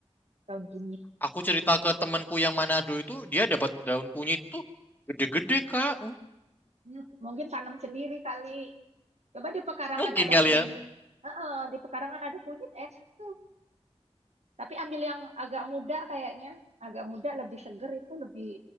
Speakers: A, on the right; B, on the left.
A: daun kunyit.
B: aku cerita ke temanku yang Manado itu dia dapat daun kunyit tuh gede-gede kak.
A: hmm. Mungkin tanam sendiri kali. Coba di Pekarangan
B: Mungkin
A: ada
B: kali
A: kunyit.
B: ya.
A: Heeh, di Pekarangan ada kunyit enak tuh. Tapi ambil yang agak muda kayaknya. Agak muda lebih seger itu lebih